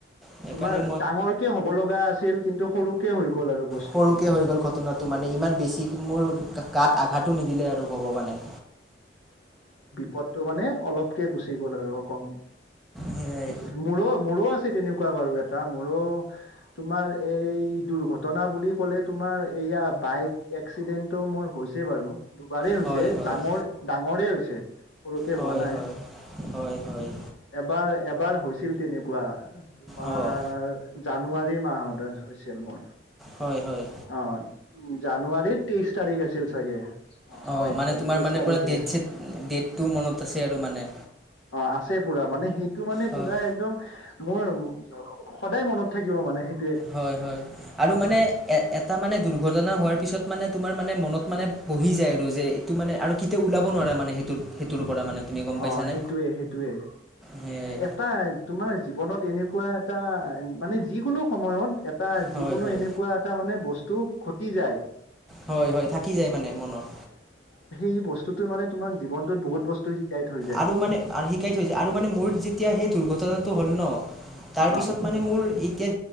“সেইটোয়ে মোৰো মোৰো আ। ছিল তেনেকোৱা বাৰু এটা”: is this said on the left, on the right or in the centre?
Left